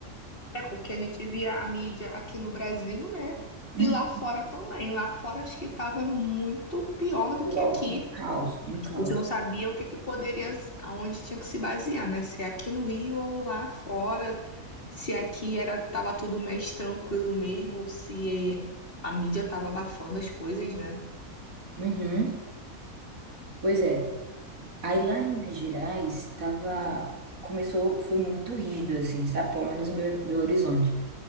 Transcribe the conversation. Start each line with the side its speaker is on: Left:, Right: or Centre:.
Left: É porque a gente via a mídia aqui no Brasil, né?
Right: Uhum.
Left: E lá fora também. Lá fora acho que estava muito pior do que
Right: Ó,
Left: aqui.
Right: um caos, um caos.
Left: Eles não sabiam o que que poderia, aonde tinha que se basear, né? Se é aqui no Rio ou lá fora, se aqui era tava tudo mais tranquilo mesmo, ou se a mídia tava abafando as coisas, né?
Right: Uhum. Pois é. Aí lá em Minas Gerais, tava... Começou, foi muito rígido, assim, sabe? Pelo menos em Belo Belo Horizonte.